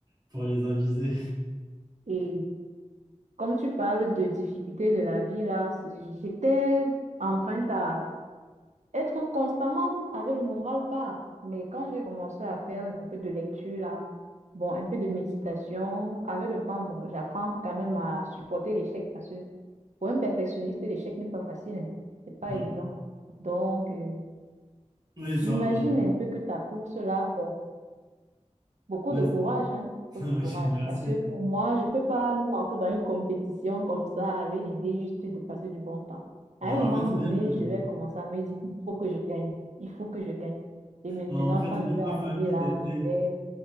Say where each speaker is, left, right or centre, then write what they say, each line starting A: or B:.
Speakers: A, on the right; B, on the right.
A: pour les aviser.
B: Et comme tu parles de difficultés de la vie là, c'est- j'étais empreinte à être constamment avec le moral bas. Mais quand j'ai commencé à faire un peu de lecture là, bon, un peu de méditation, avec le temps, bon, j'apprends quand même à supporter l'échec parce que Pour un perfectionniste, l'échec n'est pas facile. hein. C'est pas
A: Ouais.
B: évident. Donc, euh,
A: Oui, ça,
B: j'imagine
A: oui.
B: un peu que ta course là, bon, beaucoup
A: Ouais,
B: de courage, hein,
A: <laughs>
B: beaucoup
A: oui,
B: de courage.
A: merci.
B: Parce que pour moi, je peux pas me lancer dans une compétition comme ça avec l'idée juste de passer du bon temps. À
A: Ouais,
B: un
A: en
B: moment
A: fait,
B: donné,
A: même, euh,
B: je vais commencer à me dire, il faut que je gagne. Il faut que je gagne. Et maintenant,
A: non, en fait,
B: quand
A: même
B: je vais
A: ma
B: arriver
A: famille, elle
B: là,
A: était,
B: je vais...